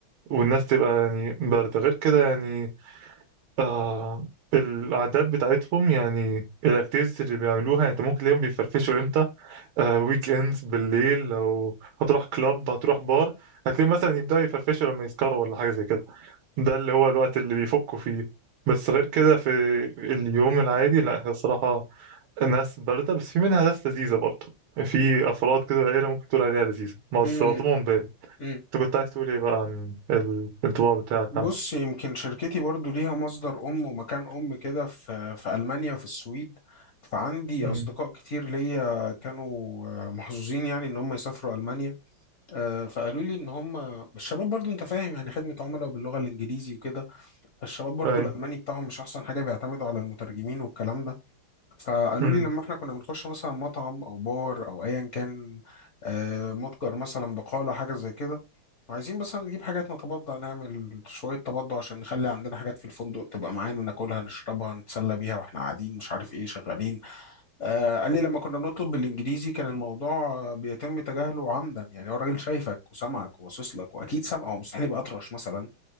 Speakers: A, on the right; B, on the left.
A: والناس تبقى يعني بارده غير كده يعني آه العادات بتاعتهم يعني الاكتيفيتيز اللي بيعملوها يعني انت ممكن تلاقيهم بيفرفشوا امتى آه ويك اندز بالليل لو هتروح كلاب هتروح بار هتلاقيهم مثلا يبداوا يفرفشوا لما يسكروا ولا حاجه زي كده ده اللي هو الوقت اللي بيفكوا فيه بس غير كده في اليوم العادي لا هي الصراحه ناس باردة بس في منها ناس لذيذة برضه في أفراد كده عيلة ممكن تقول عليها لذيذة ما وصلتهم
B: مهم.
A: بالي
B: مهم.
A: أنت كنت عايز تقول إيه بقى عن الانطباع بتاعك
B: بص
A: عنها
B: يمكن شركتي برضو ليها مصدر أم ومكان أم كده في في ألمانيا وفي السويد فعندي
A: امم
B: أصدقاء كتير ليا كانوا آه، محظوظين يعني إن هم يسافروا ألمانيا آه، فقالوا لي إن هم الشباب برضو أنت فاهم يعني خدمة عملاء باللغة الإنجليزي وكده فالشباب برضو
A: أيوه
B: الألماني بتاعهم مش أحسن حاجة بيعتمدوا على المترجمين والكلام ده فقالوا
A: امم
B: لي لما احنا كنا بنخش مثلا مطعم او بار او ايا كان آه، متجر مثلا بقالة حاجة زي كده وعايزين مثلا نجيب حاجات نتبضع نعمل شوية تبضع عشان نخلي عندنا حاجات في الفندق تبقى معانا ناكلها نشربها نتسلى بيها واحنا قاعدين مش عارف ايه شغالين آه قال لي لما كنا بنطلب بالانجليزي كان الموضوع آه، بيتم تجاهله عمدا يعني هو الراجل شايفك وسامعك وباصص لك واكيد سامعه هو مستحيل يبقى اطرش مثلا